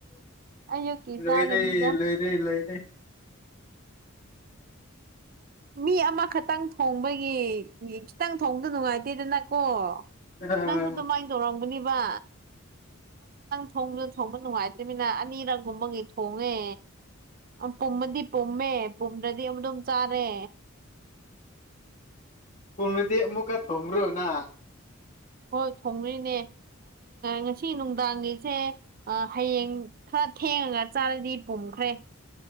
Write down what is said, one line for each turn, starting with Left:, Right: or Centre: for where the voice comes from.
Right: ꯑꯌꯨꯀꯤ
Left: ꯂꯣꯏꯔꯦ
Right: ꯆꯥꯒꯅꯤꯗ
Left: ꯂꯣꯏꯔꯦ ꯂꯣꯏꯔꯦ
Right: ꯃꯤ ꯑꯃꯈꯛꯇꯪ ꯊꯣꯡꯕꯒꯤ ꯈꯤꯇꯪ ꯊꯣꯡꯕꯗ ꯅꯨꯡꯉꯥꯏꯇꯦꯗꯅꯀꯣ
Left: ꯑꯥ
Right: ꯅꯪꯁꯨ ꯑꯗꯨꯃꯥꯏꯅ ꯇꯧꯔꯝꯒꯅꯤꯕ ꯊꯣꯡꯗꯨ ꯊꯣꯡꯕ ꯅꯨꯡꯉꯥꯏꯇ꯭ꯃꯤꯅ ꯑꯅꯤꯔꯛꯒꯨꯝꯕꯒꯤ ꯊꯣꯡꯉꯦ ꯄꯨꯝꯃꯗꯤ ꯄꯨꯝꯃꯦ ꯄꯨꯝꯗ꯭ꯔꯗꯤ ꯑꯗꯨꯝ ꯆꯥꯔꯦ
Left: ꯄꯨꯝꯔꯗꯤ ꯃꯨꯛꯀꯥ ꯊꯨꯨꯡꯕ꯭ꯔꯣ ꯅꯪ
Right: ꯍꯣꯏ ꯊꯣꯡꯔꯤꯅꯦ ꯉꯁꯤ ꯅꯨꯡꯗꯥꯡꯒꯤꯁꯦ ꯍꯌꯦꯡ ꯈꯔ ꯊꯦꯡꯉꯒ ꯆꯥꯔꯗꯤ ꯄꯨꯝꯈ꯭ꯔꯦ